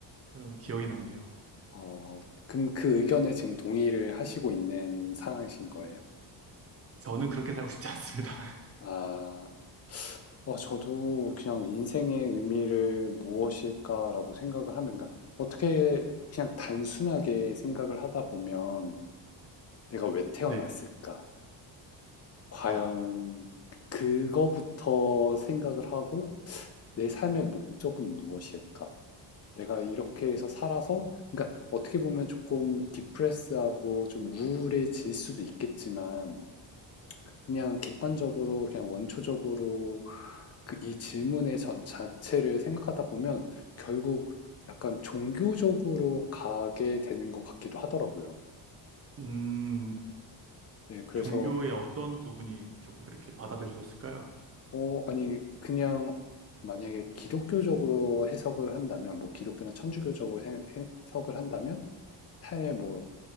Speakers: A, on the right; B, on the left.
A: 그런 기억이 남네요.
B: 어, 그럼 그 의견에 지금 동의를 하시고 있는 상황이신 거예요?
A: 저는 그렇게 살고 싶지 않습니다. <laughs>
B: 아, 어, 저도 그냥 인생의 의미를 무엇일까라고 생각을 하면, 그러니까 어떻게 그냥 단순하게 생각을 하다 보면 내가 왜 태어났을까?
A: 네.
B: 과연
A: 아,
B: 그거부터 생각을 하고 내 삶의 목적은 무엇일까? 내가 이렇게 해서 살아서, 그러니까 어떻게 보면 조금 디프레스하고 좀 우울해질 수도 있겠지만, 그냥 객관적으로, 그냥 원초적으로 그 이 질문의 전 자체를 생각하다 보면 결국 약간 종교적으로 가게 되는 것 같기도 하더라고요.
A: 음.
B: 네, 그래서,
A: 종교의 어떤 부분이 조금 그렇게 받아들이셨을까요?
B: 어, 아니, 그냥 만약에 기독교적으로 해석을 한다면, 뭐 기독교나 천주교적으로 해, 석을 한다면, 삶의 뭐